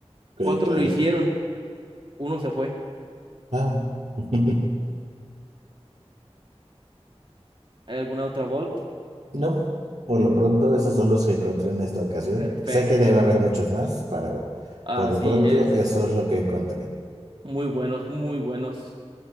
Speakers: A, on the right; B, on the right.
A: ok,
B: Cuatro
A: claro.
B: lo hicieron, uno se fue.
A: Ah. <laughs>
B: ¿Hay alguna otra Volt?
A: No, por lo pronto esos son los que encontré en esta ocasión.
B: Perfecto.
A: Sé que debe haber muchos más, pero
B: Así
A: por lo pronto
B: es.
A: eso es lo que encontré.
B: Muy buenos, muy buenos.